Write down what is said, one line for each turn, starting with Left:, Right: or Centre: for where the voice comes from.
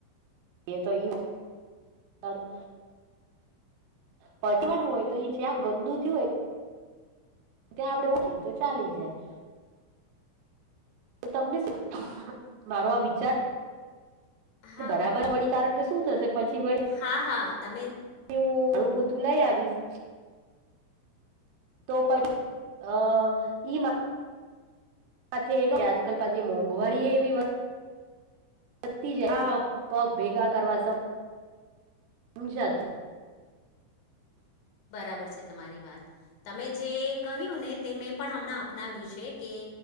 Right: એ તો ઈ હારું પંચવાનું હોય તો જ્યાં ગંદુ થીયુ હોય ત્યાં આપડે ઓકેએ તો ચાલી જાય તો તમને શું મારો આ વિચાર
Left: હા
Right: બરાબર વળી કારણ કે શું થશે પછી વળી
Left: હા હા તમે
Right: એવું ઝાડુ પોતું લઈ આવીશ તો પ અ ઈમા સાથે આજકાલ પછી મોંઘવારી એવી પતી જ આ પગ ભેગા કરવા સમજાતું
Left: બરાબર છે, તમારી વાત તમે જે કહ્યું ને તે મેં પણ હમણાં અપનાવ્યું છે, કે